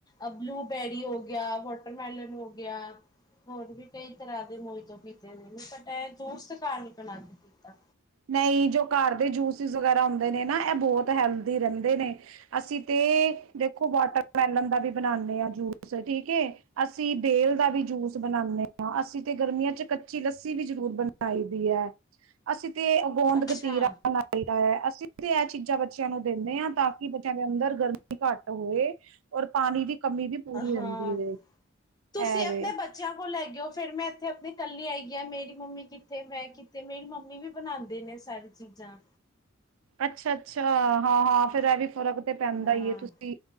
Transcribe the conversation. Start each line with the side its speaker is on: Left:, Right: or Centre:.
Left: ਅ ਬਲੂਬੇਰੀ ਹੋ ਗਿਆ, ਵਾਟਰਮੈਲਨ ਹੋ ਗਿਆ, ਹੋਰ ਵੀ ਕਈ ਤਰ੍ਹਾਂ ਦੇ ਮੋਈਤੋ ਪੀਤੇ ਨੇ, ਨੇ ਬਟ ਇਹ ਜੂਸ ਤੇ ਘਰ ਨਈ ਬਣਾ ਕੇ ਪੀਤਾ।
Right: ਨਈ ਜੋ ਘਰ ਦੇ ਜੂਸਿਸ ਵਗੈਰਾ ਹੁੰਦੇ ਨੇ ਨਾ ਇਹ ਬਹੁਤ ਹੈਲਦੀ ਰਹਿੰਦੇ ਨੇ। ਅਸੀਂ ਤੇ ਦੇਖੋ ਵਾਟਰਮੈਲਨ ਦਾ ਵੀ ਬਣਾਣੇਂ ਆਂ ਜੂਸ ਠੀਕ ਏ, ਅਸੀਂ ਬੇਲ ਦਾ ਵੀ ਜੂਸ ਬਣਾਣੇਂ ਆਂ। ਅਸੀਂ ਤੇ ਗਰਮੀਆਂ ਚ ਕੱਚੀ ਲੱਸੀ ਵੀ ਜ਼ਰੂਰ ਬਣਾਈ ਦੀ ਐ। ਅਸੀ ਤੇ ਗੋਂਦ
Left: ਅੱਛਾ
Right: ਕਤੀਰਾ ਬਣਾਈ ਦਾ ਐ। ਅਸੀ ਤੇ ਇਹ ਚੀਜ਼ਾਂ ਬੱਚਿਆਂ ਨੂੰ ਦੇ ਦੇ ਹਾਂ ਤੱਕ ਬੱਚਿਆਂ ਦੇ ਅੰਦਰ ਗਰਮੀ ਘੱਟ ਹੋਏ, ਔਰ ਪਾਣੀ ਦੀ ਕਮੀ ਵੀ ਪੂਰੀ
Left: ਅ ਹਾਂ,
Right: ਰਹਿੰਦੀ ਹੈ
Left: ਤੁਸੀਂ
Right: ਐ ਵੇ
Left: ਆਪਣੇ ਬੱਚਿਆਂ ਕੋਲ ਲੈ ਕੇ ਓ ਫੇਰ ਮੈਂ ਇੱਥੇ ਆਪਣੀ ਕੱਲੀ ਆਈ ਆ, ਮੇਰੀ ਮੰਮੀ ਕਿੱਥੇ ਮੈਂ ਕੀ ਤੇ ਮੇਰੀ ਮੰਮੀ ਵੀ ਬਣਾਦੇ ਨੇ ਸਾਰੇ ਚੀਜ਼ਾਂ।
Right: ਅੱਛਾ ਅੱਛਾ, ਹਾਂ ਹਾਂ, ਫੇਰ ਐ ਵੀ ਫਰਕ ਤੇ ਪੈਂਦਾ
Left: ਹਾਂ
Right: ਈ ਏ, ਤੁਸੀਂ